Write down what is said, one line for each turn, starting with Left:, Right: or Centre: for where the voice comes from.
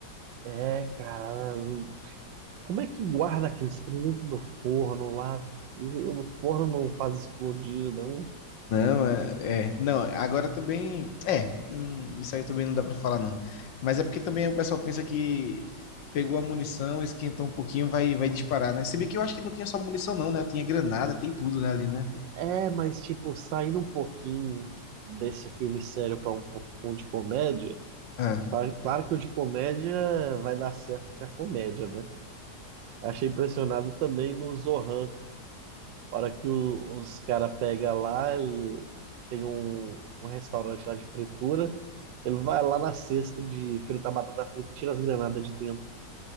Right: É, cara, Como é que guarda aqueles trem dentro do forno lá? E O forno não faz explodir, não.
Left: Não, é, é. Não, agora também. É, hum, isso aí também não dá pra falar, não. Mas é porque também o pessoal pensa que pegou a munição, esquentou um pouquinho, vai, vai disparar, né? Se bem que eu acho que não tinha só munição, não, né? Eu tinha granada, tem tudo, né, ali, né?
Right: É, mas tipo, saindo um pouquinho desse filme sério para um pouco de comédia,
Left: Ah,
Right: tá- claro que o de comédia vai dar certo porque é comédia, né? Achei impressionado também no Zohan, a hora que o- os caras pegam lá, ele- tem um, um restaurante lá de fritura, ele vai lá na cesta de fritar batata frita e tira as granadas de dentro.